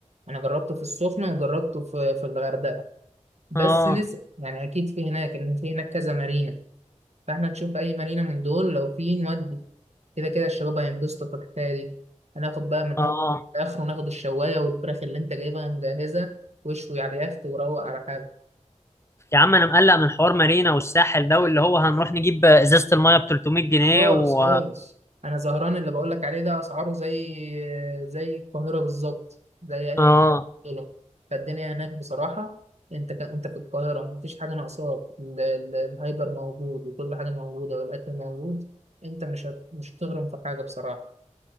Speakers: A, on the right; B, on the left.
A: انا جربته في السخنة وجربته في في الغردقة بس
B: اه
A: لسه يعني اكيد في هناك ان في هناك كذا مارينا فاحنا نشوف اي مارينا من دول لو في نودي كده كده الشباب هينبسطوا في الحكايه دي هناخد بقى من
B: اه
A: اول لاخره ناخد الشوايه والفراخ اللي انت جايبها مجهزه واشوي على اليخت وروق على حالك
B: يا عم انا مقلق من حوار مارينا والساحل ده واللي هو هنروح نجيب ازازه الميه ب 300 جنيه
A: خالص
B: و
A: خالص انا زهران اللي بقول لك عليه ده اسعاره زي زي القاهره بالظبط زي اي
B: اه
A: مكان دولار. فالدنيا هناك بصراحه انت ك... انت في القاهره مفيش حاجه ناقصاك ال- ال- الهايبر موجود وكل حاجه موجوده والاكل موجود انت مش هت... مش هتغرم في حاجه بصراحه